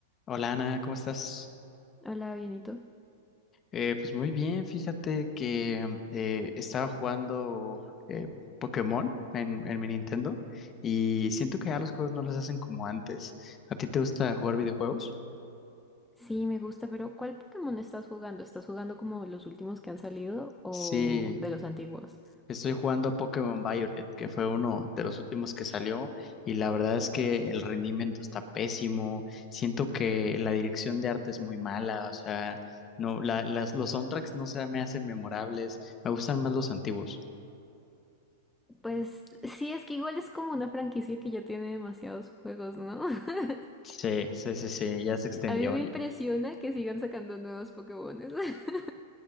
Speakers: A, on the left (about 25°); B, in the centre.
A: Hola Ana, ¿cómo estás?
B: Hola, bienito.
A: Eh, pues muy bien, fíjate que eh, estaba jugando eh, Pokémon en, en mi Nintendo y siento que ya los juegos no los hacen como antes. ¿A ti te gusta jugar videojuegos?
B: Sí, me gusta, pero ¿cuál Pokémon estás jugando? ¿Estás jugando como los últimos que han salido o
A: Sí,
B: de los antiguos?
A: estoy jugando Pokémon Violet, que fue uno de los últimos que salió y la verdad es que el rendimiento está pésimo, siento que la dirección de arte es muy mala, o sea, no, la- las- los soundtracks no se me hacen memorables, me gustan más los antiguos.
B: Pues sí, es que igual es como una franquicia que ya tiene demasiados juegos, ¿no? <laughs>
A: Sí, sí, sí, sí, ya se extendió
B: A mí me
A: ya.
B: impresiona que sigan sacando nuevos Pokémones. <laughs>